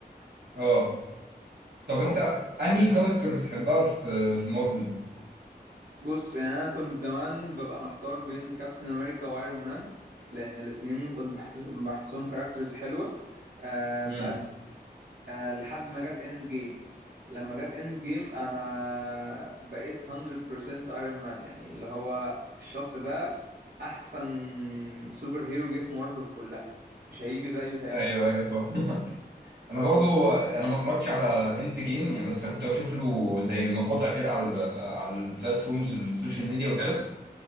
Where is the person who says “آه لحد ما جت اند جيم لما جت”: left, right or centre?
Right